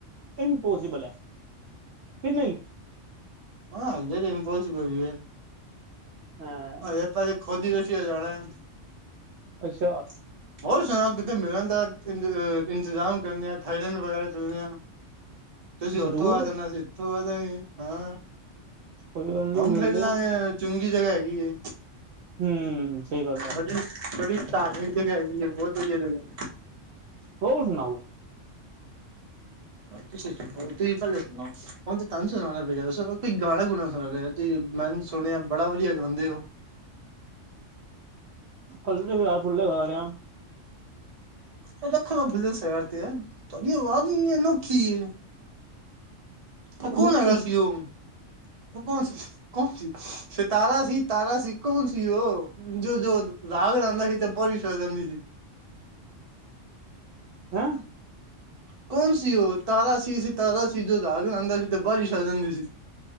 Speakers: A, on the right; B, on the right.
A: ਇੰਪੋਸੀਬਲ ਹੈ ਕਿ ਨਹੀਂ?
B: ਹਾਂ ਅਲਦੇ ਇੰਪਾਸਬਲ ਵੀ <inaudible>
A: ਹਾਂ
B: ਇਹ ਪਾਸੇ ਖੋਦੀ ਦਸੀ ਆ ਜਾਣੇ <inaudible>
A: ਅੱਛਾ
B: ਹੋਰ ਸੁਣਾ ਕਿਤੇ ਮਿਲਣ ਦਾ ਇੰਤ ਇੰਤਜ਼ਾਮ ਕਰਨੇ ਆ ਥਾਈਲੈਂਡ ਵਗੈਰਾ ਚੱਲਦੇ ਆ। ਤੁਸੀਂ ਉੱਥੋਂ
A: ਜ਼ਰੂਰ
B: ਆ ਜਾਨਾ ਅੱਸੀ ਇੱਥੋਂ ਆ ਜਾਂਗੇ ਹਾਂ।
A: ਕੋਈ ਗੱਲ ਨੀ
B: ਹਮ
A: ਮਿਲਦੇ
B: ਫੇਿਰ ਲਾਂਗੇ
A: ਆ
B: <inaudible> ਚੰਗੀ ਜਗ੍ਹਾ ਹੈਗੀ ਏ
A: ਹਮ ਸਹੀ ਗੱਲ ਹੈ।
B: ਬੜੀ ਬੜੀ ਧਾਰਮਿਕ ਜਗ੍ਹਾ ਹੈਗੀ ਹੈ ਬਹੁਤ ਵਧੀਆ ਜਗ੍ਹਾ ਹੈ
A: ਹੋਰ ਸੁਣਾਓ?
B: ਤੁਸੀ ਤੁੂੰ ਹੀ ਪ <inaudible> ਹੁਣ ਤੇ ਤਹਾਨੂੰ ਸੁਨਾਨਾ ਪਏਗਾ ਵੈਸੇ ਕੋਈ ਗਾਨਾ ਗੂਨਾ ਸੁਣਾ ਦੋ ਮੈਂ ਸੁਣਿਆ ਬੜਾ ਵਧੀਆ ਗਾਉਂਦੇ ਹੋ।
A: ਕੱਲ <inaudible> ਫੁੱਲੇ ਖਾ ਰਹੇ ਆ
B: ਇਹ ਤਾਂ ਖ ਭੁੱਲ ਸ ਯਾਰ ਤੇ ਯਾਰ ਤੁਹਾਡੀ ਆਵਾਜ਼ ਨ ਨੋਖੀ <inaudible> ਇਹ
A: ਮਨੁੱਖੀ
B: ਕੌਣ ਹੈਗਾ ਸੀ ਉ ਕੌਣ ਸੀ? ਕੋਣ ਸੀ ਤਾਰਾ ਸੀ ਤਾਰਾ ਸੀ ਕੋਣ ਸੀ ਉਹ? ਜੋ ਜੋ ਰਾਗ ਰਹਿੰਦਾ ਸੀ ਤੇ ਪਰਵਿਸ ਹੋ ਜਾਂਦੀ ਸੀ <inaudible>
A: ਹੈਂ?
B: ਕੌਣ ਸੀ ਉਹ ਤਾਰਾ ਸੀ ਤਾਰਾ ਸੀ ਜੋ ਰਾਗ ਲਾਂਦਾ ਸੀ ਤੇ ਬਾਰਿਸ਼ ਆ ਜਾਂਦੀ ਸੀ।